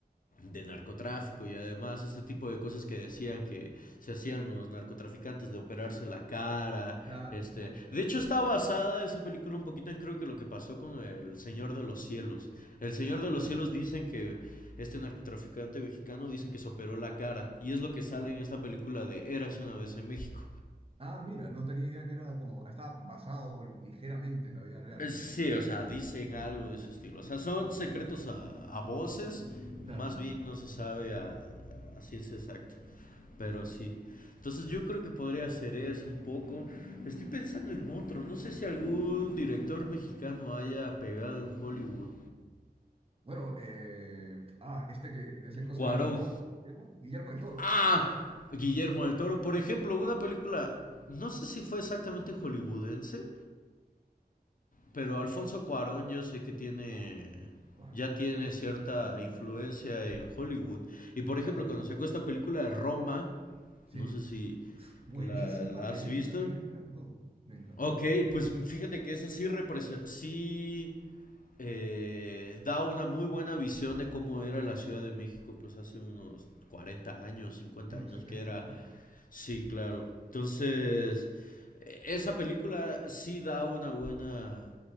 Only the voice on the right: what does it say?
sí,
claro,
claro.
ya,
ajá.
Ah, mira, no tenía idea que era como, está basado ligeramente en la vida real.
Claro.
Bueno, eh, ah, este que le hace cosas
de terror, ¿se llama? Guillermo del Toro.
Claro, claro,
claro.
Tremendo
director.
Claro,
sí.
Buenísima
película,
a mí me encantó, me encantó.
En
los 70,
¿no?